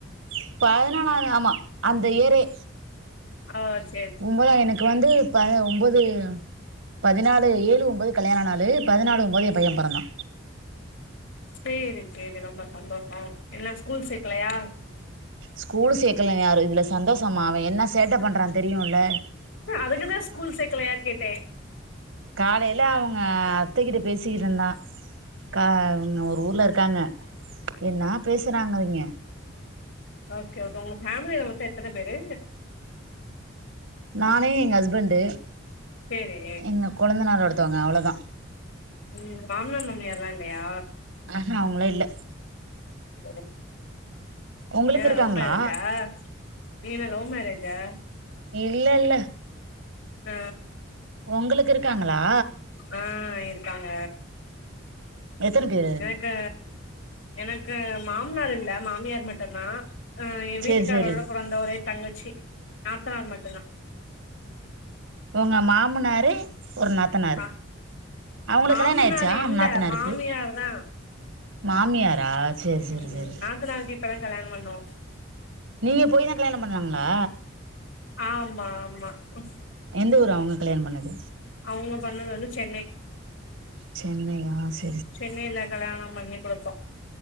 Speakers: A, on the right; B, on the left.
A: இப்ப அதனால அது ஆமா அந்த ஏரே
B: ஆ சே
A: ஒம்பொதா எனக்கு வந்து ப ஒம்போது பதினாலு ஏழு ஒம்போது கல்யாண நாலு பதினாலு ஒம்போது எ பைய பெறந்தா.
B: சேரி சேரி ரொம்ப சந்தோஷோ என்ன ஸ்கூல் சேக்கலையா?
A: ஸ்கூலு சேக்கல இன்னு யாரு இதுல சந்தோஷமா அவ என்ன சேட்ட பண்றா தெரியுல்ல.
B: அதுக்குதா ஸ்கூல் சேக்கலையான் கேட்டே.
A: காலைல அவுங்க அத்தகிட்ட பேசிக்கிட்ருந்தா. கா அவுங்க ஒரு ஊர்லருக்காங்க. என்னா பேசுறாங்க அவிங்க.
B: ஓகே ஓக் உங்க ஃபேமிலில மொத்தோ எத்தன பேரு?
A: நானு எங்க ஹஸ்பண்டு
B: சேரி.
A: எங்க கொழுந்தனார் ஒருத்தவங்க அவ்ளதா.
B: ம் மாம்னார் மாமியார்லா இல்லையா?
A: ஆஹ அவுங்கள்லா இல்ல.
B: ஓ
A: உங்களுக்கு
B: ஏ
A: இருக்காங்களா
B: லவ் மேரேஜா நீங்க என்ன லவ் மேரேஜா?
A: இல்லல்ல.
B: அ.
A: ஒங்களுக்கு இருக்காங்களா?
B: அ இருக்காங்க.
A: எத்தன பேரு?
B: எனக்கு எனக்கு மாம்னார் இல்ல மாமியார் மட்டுந்தா. அ எ
A: சேரி
B: வீட்டுக்காரோட
A: சேரி
B: பொறந்த ஒரே தங்கச்சி நாத்தனார் மட்டுந்தா.
A: உங்க மாமனாரு ஒரு நா த்தனாரு,
B: ஆ
A: அவுங்குளுக்
B: மாமனார்
A: கல்யாணாயிருச்சா
B: இல்ல
A: நாத்தனாருக்கு?
B: மாமியார் தா
A: மாமியாரா? சேரி சேரி
B: ம் ம்
A: சேரி
B: நாத்தனாருக் இப்பதா கல்யாணம் பண்ணோ.
A: நீங்க போயிதா கல்யாணம் பண்ணாங்களா?
B: ஆமா ஆமா ம்.
A: எந்த ஊரு அவுங்க கல்யாணம் பண்ணது?
B: அவுங்க பண்ணது வந்து சென்னை.
A: சென்னையா ஸ்
B: சென்னைல கல்யாணம் பண்ணி குடுத்தோ.